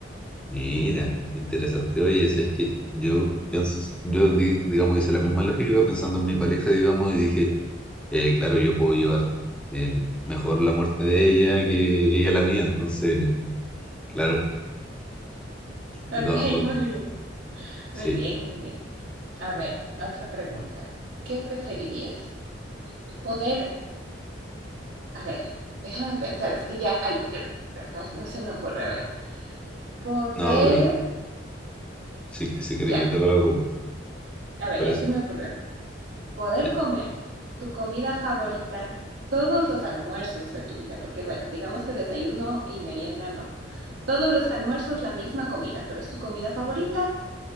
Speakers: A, in the centre; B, on the right (about 70°).
A: mira, interesante. Oye, ¿sabes que Yo pienso, yo di- digamos hice la misma lógica pensando en mi pareja, digamos, y dije, eh, claro, yo puedo llevar eh, mejor la muerte de ella que ella la mía. Entonces, claro,
B: Ok,
A: de todas
B: <laughs>
A: formas.
B: muy bien,
A: Sí,
B: muy bien, muy bien. A ver, otra pregunta. ¿Qué preferirías? Poder, a ver, déjame pensar, es que ya, ay, yo- ay, no se me ocurre, a ver. Poder,
A: no, pero si, si querés
B: ya,
A: yo te hago la pregunta. ¿Te
B: a ver,
A: parece?
B: ya se me ocurrió. Poder
A: Ya.
B: comer tu comida favorita, todos los almuerzos de tu vida, porque bueno, digamos que desayuno y merienda no Todos los almuerzos la misma comida, pero es tu comida favorita.